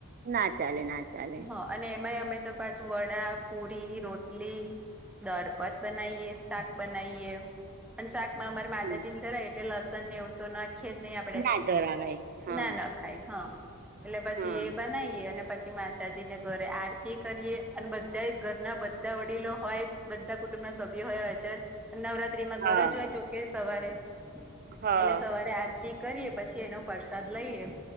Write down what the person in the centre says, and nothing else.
હા અને એમાંય અમે તો પાછું વડા, પુરી, રોટલી, દારભાત બનાઈએે શાક બનાઈએ અને શાક માં અમાર માતાજી
ને ધરાય એટલે લસણ ને એવું તો નાખીએ જ નહી આપડે
ના ના ખાય હા એટલે પછી
એ બનાઈએ અને પછી મા તાજી ને ઘરે આરતી કરીએ અન બધાય ઘરના બધા વડીલો હોય. બધા કુટુંબ નાના સભ્યો હોય હાજર. નવરાત્રીમાં
ઘરે જ હોય જોકે સવારે એટલે
સવારે આર તી કરીએ પછી એનો પ્રસાદ લઈએ.